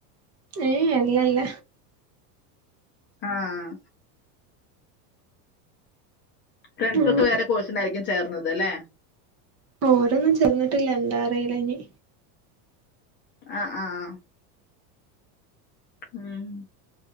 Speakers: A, on the right; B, on the left.
A: ഏയേ അല്ലല്ല
B: ആഹ് ഫ്രണ്ട്സൊക്കെ
A: ഉം
B: വേറെ കോഴ്സിനായിരിക്കും ചേർന്നത് ലേ
A: ഓരൊന്നും ചേർന്നിട്ടില്ല ന്താ അറീല നി
B: ആ ആഹ് ഉം